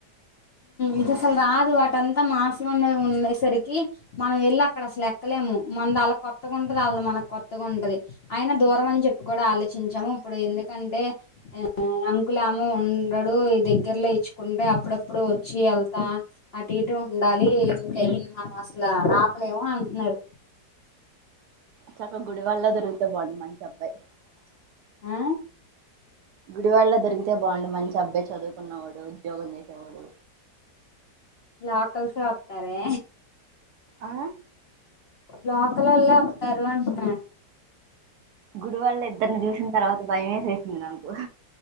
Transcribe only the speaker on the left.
ఇది అసలు రాదు అటుఅంత మాసులోనే ఉండేసరికి మనం వెళ్ళ అక్కడ అసలు ఎక్కలేము మనది వాళ్ళ కొత్తగా ఉంటది వాళ్ళ మనకు కొత్తగా ఉంటది అయినా దూరం అని చెప్ప కూడా ఆలోచించమూ ఇప్పుడు ఎందుకంటే ఆ అంకుల్ ఏమో ఉండడు ఇప్పుడు ఈ దగ్గరలో ఇచ్చుకుంటే అప్పుడప్పుడు వచ్చి వెళ్తా అటు ఇటు ఉండాలి ఇం మనము ఆసలా ఆపలేమో అంటున్నారు
ఆ
నాకు ఎవరు ఆప్తారే
లోకల లోలే వస్తారు అంటున్నారు